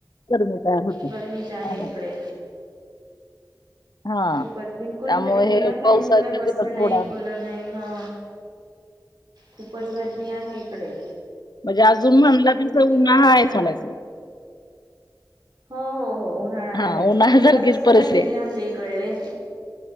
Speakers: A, on the left; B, on the right.
A: गर्मी तयार होते
B: गरमीच आहे
A: ओ.
B: इकडे
A: हा
B: खूपच, बिलकुल
A: त्यामुळे
B: फ
A: हे
B: बिना
A: पावसाच्या
B: फॅन शिवाय बसणं
A: दिवस थोडा
B: नाही, कुलर नाही हा,, खूपच गरमी आहे इकडे.
A: म्हणजे अजून म्हणलं
B: तुमचं
A: तिथं
B: तिकडलंच
A: उन्हाळा हाये
B: छान
A: चालु म्हणायचं.
B: हो हो हो उन्हाळा
A: हा
B: आहेच,
A: उन्हाळ्यासारखीच
B: कुलर असताना
A: परिस्थिती
B: ले
A: आहे
B: आमचा इकडले,